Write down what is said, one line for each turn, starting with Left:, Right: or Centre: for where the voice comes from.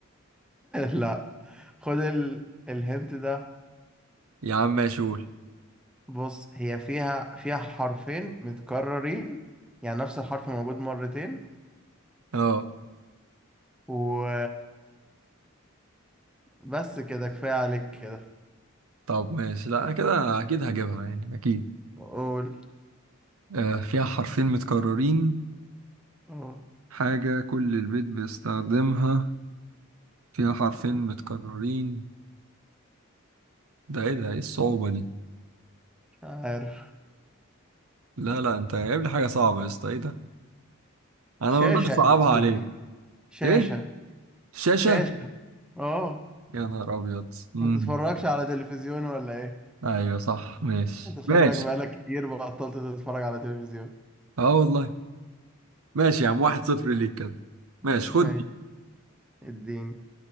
Centre: لا خد ال... الهنت ده
Right: يا عم ماشي قول
Centre: بص هي فيها فيها حرفين متكررين يعني نفس الحرف موجود مرتين
Right: اه
Centre: و بس كده كفاية عليك كده
Right: طب ماشي لا أنا كده أكيد هجيبها يعني أكيد
Centre: قول
Right: آه فيها حرفين متكررين
Centre: اه
Right: حاجة كل البيت بيستخدمها فيها حرفين متكررين ده إيه ده إيه الصعوبة دي
Centre: مش عارف
Right: لا لا أنت جايب لي حاجة صعبة يا اسطى إيه ده
Centre: <laughs>
Right: أنا
Centre: شاشة
Right: ما برضاش
Centre: يا
Right: أصعبها
Centre: معلم
Right: عليك
Centre: شاشة
Right: إيه شاشة
Centre: شاشة اه
Right: يا نهار أبيض مم.
Centre: ما تتفرجش على تلفزيون ولا ايه
Right: ايوه صح ماشي
Centre: انت شكلك
Right: ماشي
Centre: بقالك كتير بطلت تتفرج على تلفزيون
Right: اه والله ماشي يا عم واحد
Centre: طب
Right: صفر ليك كده ماشي
Centre: <laughs>
Right: خد
Centre: ماشي
Right: دي
Centre: الدين